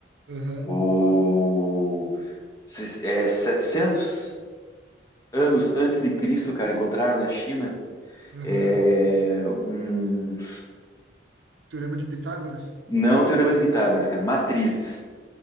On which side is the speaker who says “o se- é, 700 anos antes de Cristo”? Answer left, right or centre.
Left